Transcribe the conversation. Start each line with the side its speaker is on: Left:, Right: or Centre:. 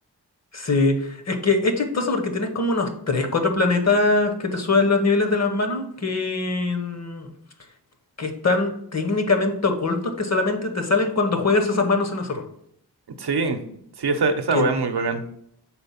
Left: Sí, es que es chistoso porque tienes como unos 3 4 planetas que te suben los niveles de las manos que... mm, que están técnicamente ocultos que solamente te salen cuando juegas esas manos en ese run.
Right: Sí, sí, esa, esa
Left: Que,
Right: weá es muy bacán.